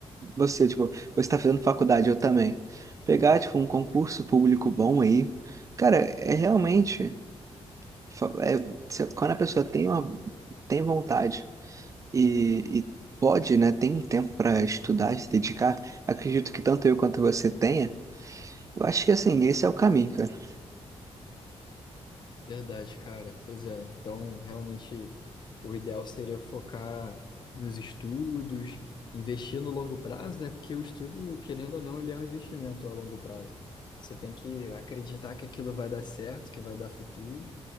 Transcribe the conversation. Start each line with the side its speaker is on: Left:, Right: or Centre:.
Right: você, tipo, você tá fazendo faculdade, eu também, pegar, tipo, um concurso público bom aí, cara, é realmente, fa- é, se- quando a pessoa tem uma, tem vontade e, e pode, né, tem um tempo para estudar, se dedicar, acredito que tanto eu quanto você tenha, eu acho que, assim, esse é o caminho, cara.
Left: Verdade, cara. Pois é. Então, realmente, o ideal seria focar nos estudos, investir no longo prazo, né? Porque o estudo, querendo ou não, ele é um investimento a longo prazo. Você tem que acreditar que aquilo vai dar certo, que vai dar futuro,